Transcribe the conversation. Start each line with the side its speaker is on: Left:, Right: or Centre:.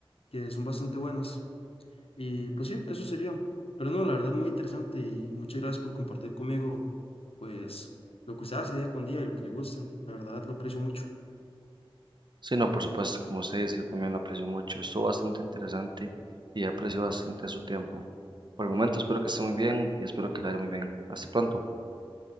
Left: que son bastante buenas. Y pues sí, eso sería. Pero no, la verdad, muy interesante y muchas gracias por compartir conmigo, pues, lo que usted hace día con día y lo que le guste. La verdad, lo aprecio mucho.
Right: Sí, no, por supuesto, como usted dice, yo también lo aprecio mucho. Estuvo bastante interesante y aprecio bastante su tiempo. Por el momento, espero que esté muy bien y espero que le vaya muy bien. Hasta pronto.